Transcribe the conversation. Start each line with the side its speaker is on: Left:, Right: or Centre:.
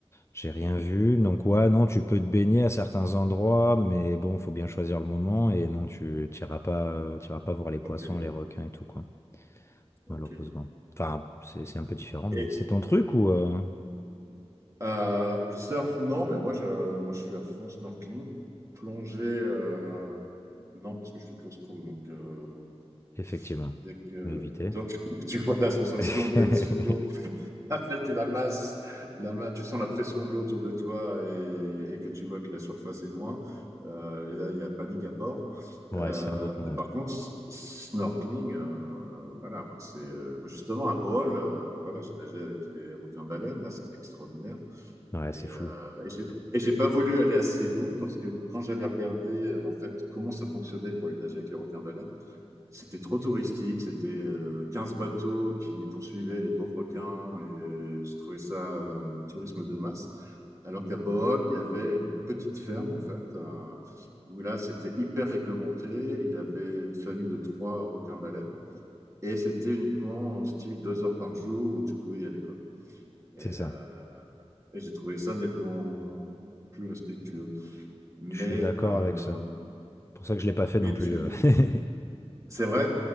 Left: j'ai rien vu. Donc ouais, non, tu peux te baigner à certains endroits, mais bon, faut bien choisir le moment. Et non, tu t'iras pas, euh, t'iras pas voir les poissons,
Right: Ok,
Left: les requins et tout quoi.
Right: ok.
Left: malheureusement. Enfin, c'est c'est un peu différent, mais
Right: Et
Left: c'est ton truc ou euh,
Right: euh, surf, non, mais moi je, moi, je suis à fond snorkeling. Plongée, euh, non, parce que je suis claustro, donc euh,
Left: effectivement,
Right: dès que
Left: mieux éviter.
Right: donc, <laughs> tu vois la sensation
Left: <laughs>
Right: d'être sous l'eau Ah, peut-être que la masse, la ma- tu sens la pression de l'eau autour de toi et, et que tu vois que la surface est loin. Euh, et là, il y a panique à bord.
Left: Ouais,
Right: Euh,
Left: c'est un autre monde.
Right: mais par contre, s- snorkeling, euh, voilà, moi, c'est euh, bah, justement à Bohol, euh, voilà, j'ai nagé avec les requins-baleines, là, c'était extraordinaire.
Left: Ouais,
Right: Et,
Left: c'est
Right: euh,
Left: fou.
Right: et j'ai et j'ai pas voulu aller à Cebu parce que quand j'avais regardé euh, en fait comment ça fonctionnait pour les nager avec les requins-baleines, c'était trop touristique, c'était euh, 15 bateaux qui poursuivaient les pauvres requins et je trouvais ça euh, le tourisme de masse. Alors qu'à Bohol, il y avait une petite ferme en fait, euh, où là c'était hyper réglementé, il y avait une famille de trois requins baleines et c'était uniquement en style deux heures par jour où tu pouvais y aller quoi. Et,
Left: C'est ça.
Right: euh, et j'ai trouvé ça nettement plus respectueux. Mais,
Left: Je suis d'accord
Right: euh,
Left: avec ça. C'est pour ça que je l'ai pas fait
Right: mais
Left: non plus.
Right: tu...
Left: euh. <laughs>
Right: c'est vrai